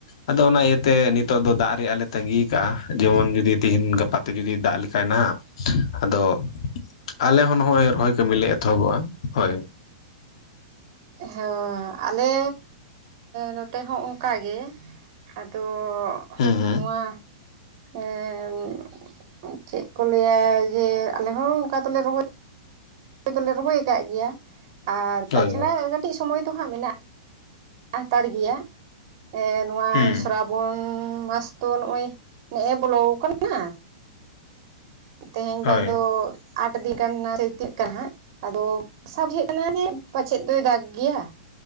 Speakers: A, on the left; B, on the right.
A: ᱟᱫᱚ ᱚᱱᱟ ᱤᱭᱟᱹᱛᱮ ᱱᱤᱛᱚᱜ ᱫᱚ ᱫᱟᱜ ᱨᱮᱭᱟᱜ ᱞᱮ ᱛᱟᱸᱜᱤ ᱠᱟᱜᱼᱟ, ᱡᱮᱢᱚᱱ ᱡᱩᱫᱤ ᱛᱤᱦᱤᱧ ᱜᱟᱯᱟ ᱛᱮ ᱡᱩᱫᱤ ᱫᱟᱜ ᱞᱮᱠᱷᱟᱡ ᱱᱟᱦᱟᱜ ᱟᱫᱚ ᱟᱞᱮ ᱦᱚᱸ ᱱᱚᱜᱼᱚᱭ ᱨᱚᱦᱚᱭ ᱠᱟᱹᱢᱤᱞᱮ ᱮᱛᱚᱦᱚᱵᱚᱜᱼᱟ ᱦᱳᱭ।
B: ᱦᱮᱸ ᱟᱞᱮ ᱱᱚᱛᱮ ᱦᱚᱸ ᱚᱱᱠᱟᱜᱮ ᱟᱫᱚ
A: ᱦᱩᱸ ᱦᱩᱸ
B: ᱱᱚᱣᱟ ᱮᱸ ᱪᱮᱫ ᱠᱚ ᱞᱟᱭᱟ ᱡᱮ ᱟᱞᱮ ᱦᱚᱸ ᱚᱱᱠᱟ ᱫᱚᱞᱮ ᱨᱚᱦᱚᱭ ᱨᱚᱦᱚᱭ ᱫᱚᱞᱮ ᱨᱚᱦᱚᱭ ᱟᱠᱟᱫ ᱜᱮᱭᱟ, ᱟᱨ
A: ᱦᱳᱭ
B: ᱛᱟᱪᱷᱟᱲᱟ ᱠᱟᱹᱴᱤᱡ ᱥᱚᱢᱚᱭ ᱫᱚ ᱦᱟᱸᱜ ᱢᱮᱱᱟᱜ ᱦᱟᱛᱟᱲ ᱜᱮᱭᱟ ᱮᱸ ᱱᱚᱣᱟ
A: ᱦᱳᱭ ᱦᱩᱸ
B: ᱥᱨᱟᱵᱚᱱ ᱢᱟᱥ ᱫᱚ ᱱᱚᱜ ᱚᱭ ᱱᱮᱜ ᱮ ᱵᱚᱞᱚ ᱟᱠᱟᱱᱟ। ᱛᱮᱦᱮᱧ
A: ᱦᱳᱭ
B: ᱵᱟᱝ ᱫᱚ ᱟᱴ ᱫᱤᱱ ᱜᱟᱱᱟ ᱛᱤᱱᱟᱹᱜ ᱠᱟᱱᱟ ᱦᱟᱸᱜ। ᱟᱫᱚ ᱥᱟᱵ ᱦᱩᱭᱩᱜ ᱠᱟᱱᱟ ᱡᱮ ᱯᱟᱪᱷᱮᱫ ᱫᱚᱭ ᱫᱟᱜᱽ ᱜᱮᱭᱟ।